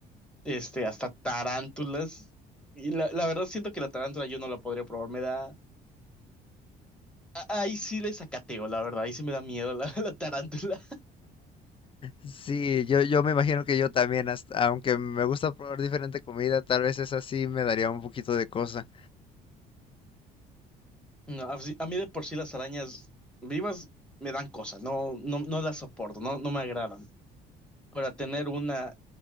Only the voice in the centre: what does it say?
este, hasta tarántulas. Y la, la verdad siento que la tarántula yo no la podría probar, me da... a- Ahí sí le sacateo, la verdad, ahí sí me da miedo la, <laughs> la tarántula.
No, a si, a mí de por sí las arañas vivas me dan cosas, no, no, no las soporto, no, no me agradan. Para tener una